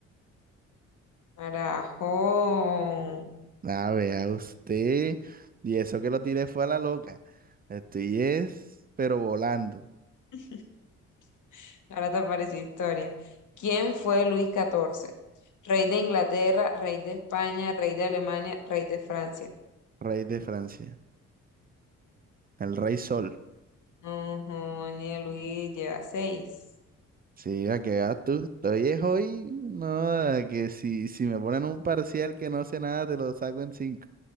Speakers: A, on the left; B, on the right.
A: Carajo.
B: A vea usted. Y eso que lo tiré fue a la loca. Estoy es, pero volando.
A: <laughs> Ahora te apareció historia. ¿Quién fue Luis XIV? Rey de Inglaterra, rey de España, rey de Alemania, rey de Francia.
B: Rey de Francia. El rey sol.
A: Ujú, Ni Luis lleva seis.
B: Sí, a que vas tú. Estoy es hoy, no, a que si, si me ponen un parcial que no sé nada, te lo saco en cinco.